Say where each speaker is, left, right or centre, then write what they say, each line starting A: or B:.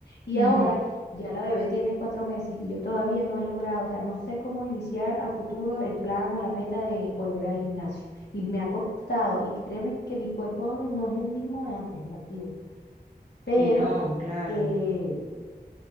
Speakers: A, on the left; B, on the right.
A: Y
B: Ujú.
A: ahora ya la bebé tiene cuatro meses y yo todavía no he logrado, o sea, no sé cómo iniciar a futuro el plan o la meta de volver al gimnasio. Y me ha costado, y créeme que mi cuerpo ahora no es el mismo de antes, el activo, pero...
B: Y no, claro.
A: eh,